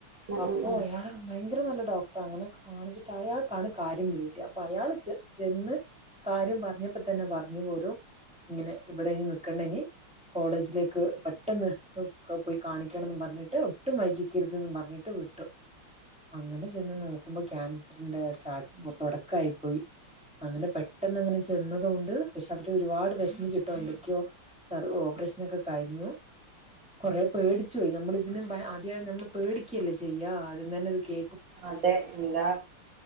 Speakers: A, on the right (about 60°); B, in the centre.
A: ഉം
B: അപ്പോ
A: ഉം ഉം
B: അയാള് ഭയങ്കര നല്ല ഡോക്ട്റാ അങ്ങനെ കാണിച്ചിട്ടയാക്കാണ് കാര്യം പിടികിട്ട്യെ അപ്പൊ അയാള് ചെ ചെന്ന് കാര്യം പറഞ്ഞപ്പോ തന്നെ പറഞ്ഞു പോലും ഇങ്ങനെ ഇവിടെ ഇനി നിക്കണ്ടിനി കോളേജിലേക്ക് പെട്ടെന്ന് പോയി കാണിക്കണംന്ന് പറഞ്ഞിട്ട് ഒട്ടും വൈകിക്കരുതന്ന് പറഞ്ഞിട്ട് വിട്ടു അങ്ങനെ ചെന്ന് നോക്കുമ്പോ ക്യാൻസറ്ന്റെ സ്റ്റാർട്ട്പ്പൊ തുടക്കായി പോയി അങ്ങനെ പെ ട്ടന്നങ്ങനെ ചെന്നതൊണ്ട് പക്ഷെ അവര് ഒരുപാട് വിഷമിച്ചിട്ടോ എന്തൊക്കോ സർ ഓപ്പ്റേഷനൊക്കെ കഴിഞ്ഞു <unintelligible> കുറെ പേടിച്ചു പോയി ഞമ്മള് ഇതിനും ആദ്യം നമ്മള് പേടിക്കല്ലേ ചെയ്യ അതീതന്നെ ഇത് കേ
A: അതെ എന്താ